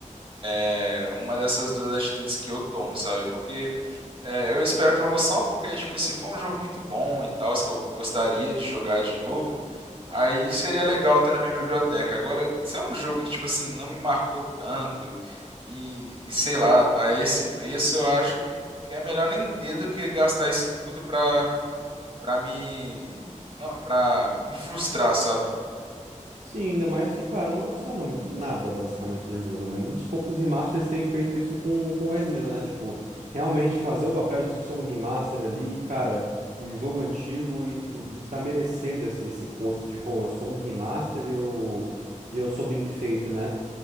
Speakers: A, on the right; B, on the right.
A: É uma dessas duas atitudes que eu tomo, sabe? Porque é, eu espero promoção, porque, tipo, se for um jogo muito bom e tal, que eu gostaria de jogar de novo, aí seria legal ter na minha biblioteca. Agora, se é um jogo que, tipo assim, não me marcou tanto, e, e sei lá, tá a esse preço, eu acho que é melhor nem ter do que gastar isso tudo pra, pra me. Não, pra me frustrar, sabe?
B: Sim, ainda mais que, cara, não adiciona nada basicamente no jogo, né? Muitos poucos remasters têm feito isso com, com esmero, né? Tipo, realmente fazer o papel de, de ser um remaster ali, cara, de jogo antigo e, e tá merecendo esse, esse posto de, pô, eu sou um remaster e eu, e eu sou bem feito, né?